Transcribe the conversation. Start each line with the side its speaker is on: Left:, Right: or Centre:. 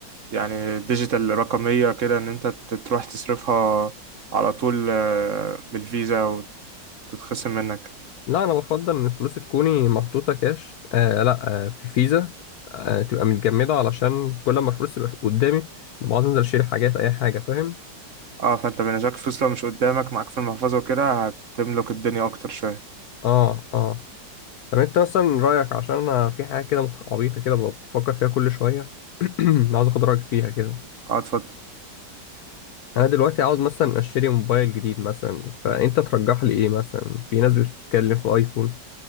Right: يعني ديجيتال رقمية كده إن أنت ت- تروح تصرفها على طول آه، بالفيزا وتتخصم منك
Left: لا أنا بفضل إن الفلوس تكوني محطوطة كاش آه لا آه في فيزا آه تبقى متجمدة علشان كل ما الفلوس تبقى قدامي بقعد أنزل أشيل حاجات أي حاجة فاهم؟
Right: آه فأنت بالنسبة لك الفلوس لو مش قدامك معاك في المحفظة وكده هتملك الدنيا أكتر شوية
Left: آه آه طب أنت مثلا رأيك عشان أنا في حاجة كده مت- عبيطة كده بفكر فيها كل شوية <clears throat> عاوز أخد رأيك فيها كده
Right: آه اتفضل
Left: أنا دلوقتي عاوز مثلا أشتري موبايل جديد مثلا فأنت ترجح لي إيه مثلا؟ في ناس بتتكلم في أيفون